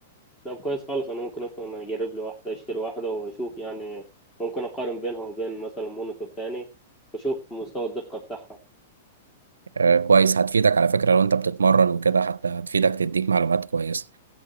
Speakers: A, on the left (about 15°); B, on the right (about 85°).
A: طب كويس خالص انا ممكن اصلا اجرب لي واحدة اشتري واحدة واشوف يعني ممكن اقارن بينها وبين مثلا مونيتور تاني واشوف مستوى الدقة بتاعها
B: آه، كويس هتفيدك على فكرة لو انت بتتمرن وكده حتى هتفيدك تديك معلومات كويسة